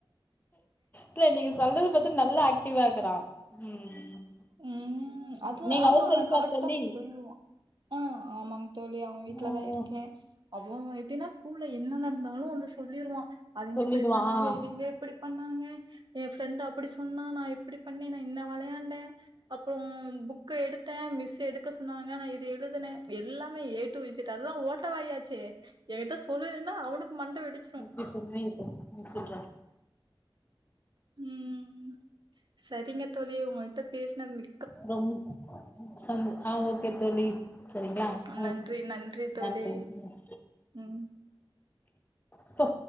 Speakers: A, on the left (about 20°); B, on the right (about 55°).
A: இல்ல நீங்க சொல்றது பாத்தா நல்லா ஆக்டிவா இருக்குறா ம்
B: ம் அது
A: நீங்க
B: ஆமா
A: ஹவுஸ் ஒய்ஃபா
B: கரெக்டா
A: தோழி
B: சொல்லுவா ஆ ஆமாங் தோழி அவன் வீட்லதா
A: ஆஹ்
B: இருக்கே அது எப்டின்னா ஸ்கூல்ல என்ன நடந்தாளு வந்து சொல்லிருவா அவிங்க
A: சொல்லிடுவான்
B: இப்பிடி பண்ணாங்க
A: ஆஹ்
B: இவிங்க இப்பிடி பண்ணாங்க எ ஃப்ரெண்டு அப்பிடி சொன்னா நா இப்பிடி பண்ணே நா இன்ன வளையாண்டே அப்றோ புக் க்கு எடுத்தே மிஸ்ஸு எடுக்க சொன்னுவாங்க நா இது எழுதுனே எல்லாமே ஏ டு இஜெட் அதா ஓட்ட வாயாச்சே. எ கிட்ட சொல்லுலினா அவுனுக் மண்ட வெடி
A: எப்டி சொன்னே இப்போ நீ சொல்றா
B: ம் சரிங்க தோழி உங்கள்ட்ட பேசினது மி
A: ரொம் ‌ம் சம் ஆ ஓகே தோழி. சரிங்ளா
B: நன்றி
A: ம்
B: தோழி
A: நன்றி ம்.
B: ம்.
A: இப்போ